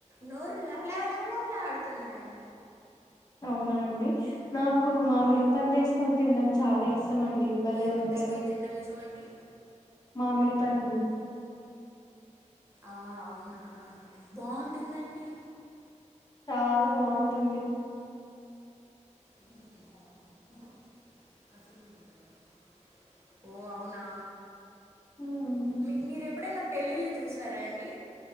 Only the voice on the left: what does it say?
అవునా అండి
నాకు మామిడి పండు వేసుకొని తినడం చాలా ఇష్టమండి భలే
ఉంటది
మామిడి పండు
చాలా బావుంటుంది.
ఉమ్.